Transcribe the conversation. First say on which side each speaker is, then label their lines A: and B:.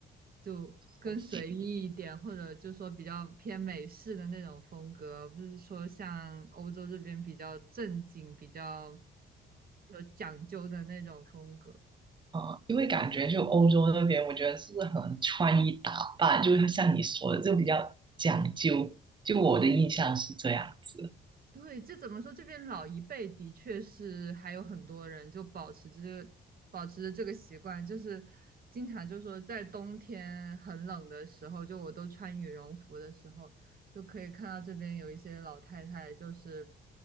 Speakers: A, on the right (about 50°); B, on the right (about 25°).
A: 就更随意一点，
B: 对不起，
A: 或者就说比较偏美式的那种风格，不是说像欧洲这边比较正经、比较有讲究的那种风格。
B: 嗯，因为感觉就欧洲那边，我觉得是很穿衣打扮，就是像你说的，就比较讲究。就我的印象是这样子，
A: 对，这怎么说？这边老一辈的确是还有很多人就保持着保持着这个习惯，就是经常就说在冬天很冷的时候，就我都穿羽绒服的时候，就可以看到这边有一些老太太，就是